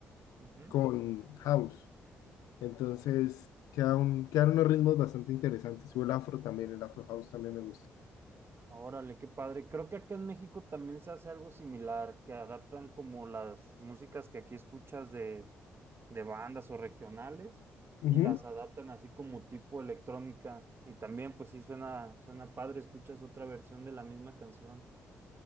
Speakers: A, on the right (about 40°); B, on the left (about 75°).
A: Ujú.
B: con house. Entonces, queda un- quedan unos ritmos bastante interesantes. O el afro también, el afro house también me gusta.
A: Órale, qué padre. Creo que acá en México también se hace algo similar, que adaptan como las músicas que aquí escuchas de, de bandas o regionales
B: Ujú.
A: y las adaptan así como tipo electrónica. Y también, pues sí, suena, suena padre, escuchas otra versión de la misma canción.